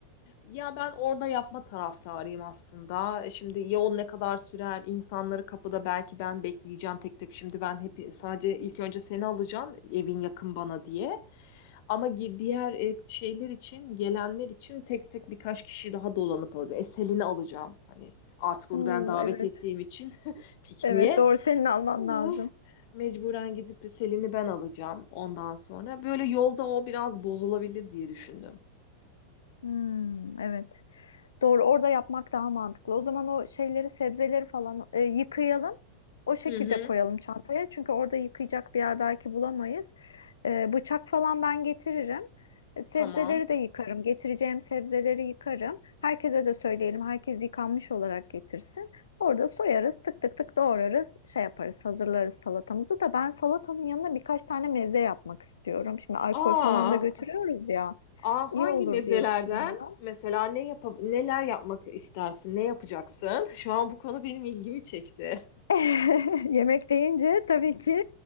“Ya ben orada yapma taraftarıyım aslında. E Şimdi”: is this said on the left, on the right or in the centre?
Left